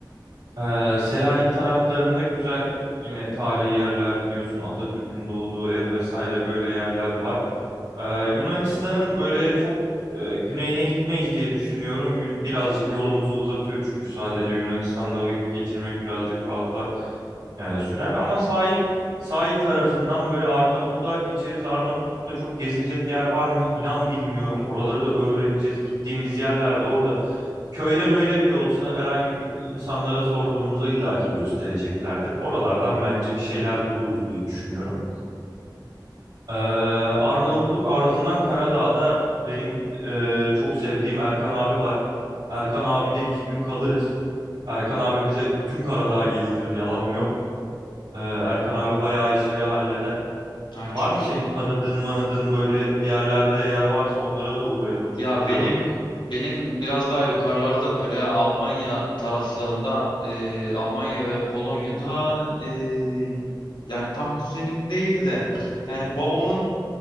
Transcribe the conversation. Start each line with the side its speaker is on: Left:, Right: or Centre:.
Right: Ee, Selanik taraflarında güzel yine tarihi yerler biliyorsun Atatürk'ün doğduğu ev vesaire böyle yerler var. Ee, Yunanistan'ın böyle çok e, güneyine gitmeyiz diye düşünüyorum. Gün, birazcık yolumuzu uzatıyor çünkü sadece Yunanistan'da vakit geçirmek birazcık fazla e, sürer ama sahil sahil tarafından böyle Arnavutluğa geçeriz. Arnavutluk'ta çok gezilecek yer var mı? İnan bilmiyorum. Oraları da öğreneceğiz. Gittiğimiz yerlerde orada köyde möyde bile olsa herhangi bir insanlara sorduğumuzda illaki göstereceklerdir. Oralardan bence bir şeyler buluruz diye düşünüyorum. Ee, Arnavutluk ardından Karadağ'da benim e, çok sevdiğim Erkan abi var. Erkan abi de iki gün kalırız. Erkan abi bize bütün Karadağ gezdirir, yalanım yok. Ee, Erkan abi bayağı işleri halleder.
Left: Ha çok
Right: Var mı senin
Left: iyi.
Right: tanıdığın manıdığın böyle bir yerlerde eğer varsa onlara da uğrayalım.
Left: Ya
Right: Çok güzel
Left: benim
Right: olur.
Left: benim biraz daha yukarılarda böyle Almanya taraflarında e, Almanya ve Polonya'da e, yani tam kuzenim değil de yani babamın